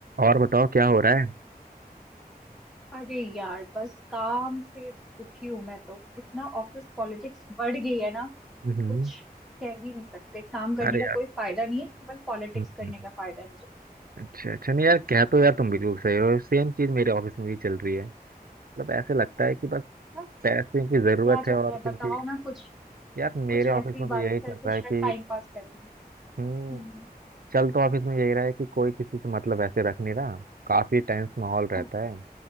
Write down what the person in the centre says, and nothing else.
अरे यार बस काम से दुखी हूं मैं तो इतना ऑफिस पॉलिटिक्स बढ़ गई है ना
कि कुछ कह ही नहीं सकते काम करने
का
कोई फायदा नहीं है केवल पॉलिटिक्स
करने का फायदा है मुझे लगता
है
क्या
चल
रहा
है
बताओ ना कुछ
कुछ ऐसी
बातें
करके
शायद
टाइम पास करेंगे
हम्म
हाँ,